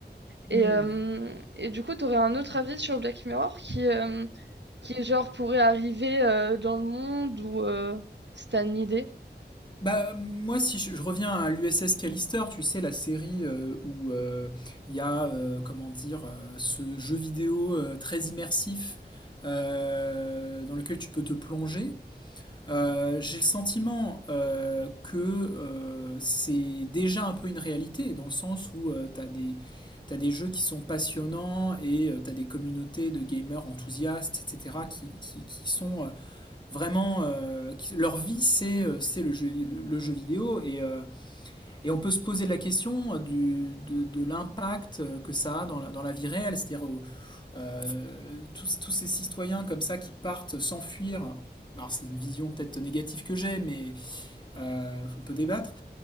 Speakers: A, on the right; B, on the left.
A: Et,
B: Mm.
A: euh, et du coup, tu aurais un autre avis sur Black Mirror qui, euh, qui genre, pourrait arriver euh, dans le monde ou euh, si t'as une idée.
B: Bah, moi, si je, je reviens à l'USS Callister, tu sais, la série euh, où euh, il y a, euh, comment dire, euh, ce jeu vidéo euh, très immersif euh, dans lequel tu peux te plonger. Euh, j'ai le sentiment euh, que euh, c'est déjà un peu une réalité, dans le sens où euh, tu as des, t'as des jeux qui sont passionnants et tu as des communautés de gamers enthousiastes, etc., qui, qui, qui sont euh, vraiment... euh, qui- leur vie, c'est euh, c'est le jeu, le, le jeu vidéo. Et, euh, et on peut se poser la question du, de, de l'impact que ça a dans la, dans la vie réelle, c'est-à-dire euh, tous, tous ces citoyens comme ça qui partent s'enfuir. Alors c'est une vision peut-être négative que j'ai, mais euh, on peut débattre